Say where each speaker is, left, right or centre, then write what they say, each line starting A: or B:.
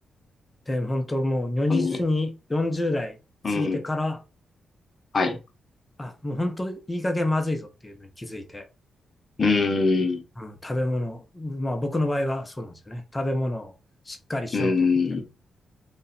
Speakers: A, on the left; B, on the left.
A: で、本当もう如実に40代過ぎてから、
B: 本当に。うん。はい。
A: あ、もう本当いい加減まずいぞっていうのに気づいて、
B: うん。
A: うん、食べ物、まあ僕の場合はそうなんですよね。食べ物をしっかりしようと思って。
B: うん。